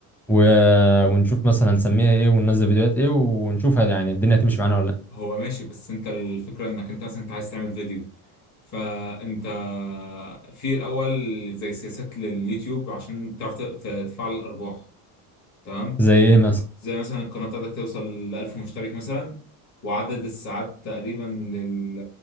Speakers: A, in the centre; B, on the left.
A: و... ونشوف مثلا هنسميها ايه وننزل فيديوهات ايه ونشوفها يعني الدنيا هتمشي معانا ولا لا
B: هو ماشي بس انت الفكرة انك انت مثلا انت عايز تعمل فيديو فانت في الاول زي سياسات لليوتيوب عشان تعرف ت- ت- تفعل الارباح تمام
A: زي ايه مثلا
B: زي مثلا القناة بتاعتك توصل ل 1000 مشترك مثلا وعدد الساعات تقريبا لل